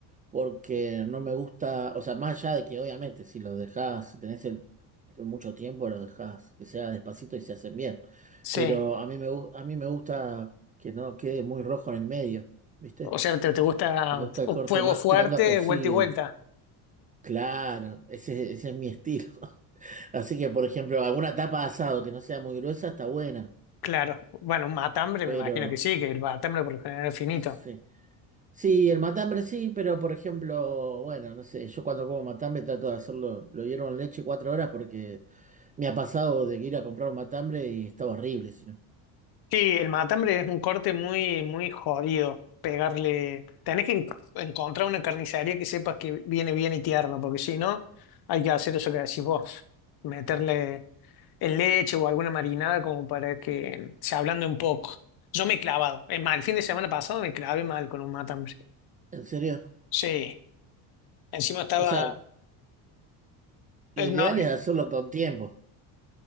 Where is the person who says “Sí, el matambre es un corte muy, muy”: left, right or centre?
Left